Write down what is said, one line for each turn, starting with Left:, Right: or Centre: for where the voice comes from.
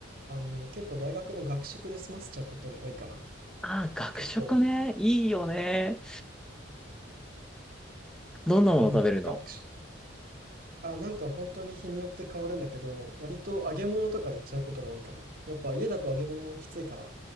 Right: あの結構大学の学食で済ませちゃうことも多いかな。
Centre: ああー、学食ね。
Right: 結構
Centre: いいよね。どんなもの食べるの
Right: うん学食あなんか本当に日によって変わるんだけど割と揚げ物とかいっちゃうことが多いかな。やっぱ家だと揚げ物きついから